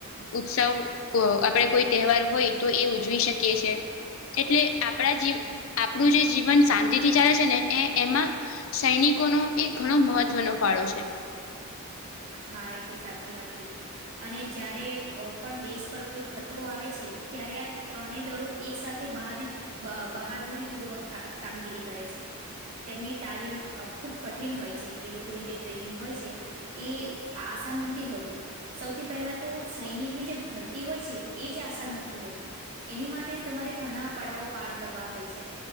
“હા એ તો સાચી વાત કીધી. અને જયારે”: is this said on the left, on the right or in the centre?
Right